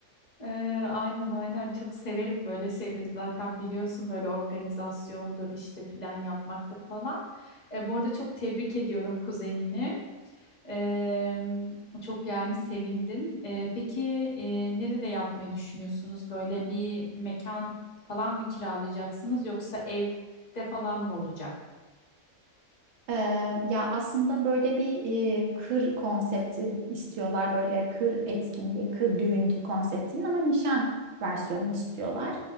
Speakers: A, on the left; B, on the right.
A: Ee, aynen aynen çok severim böyle şeyleri zaten biliyorsun böyle organizasyondur işte plan yapmaktır falan. Ee, bu arada çok tebrik ediyorum kuzenini. Ee, çok yani sevindim. Ee, peki e, nerede yapmayı düşünüyorsunuz? Böyle bir mekan falan mı kiralayacaksınız yoksa evde falan mı olacak?
B: Eee, ya aslında böyle bir eee, kır konsepti istiyorlar. Böyle kır etkinliği, kır düğün konseptinin ama nişan versiyonunu istiyorlar.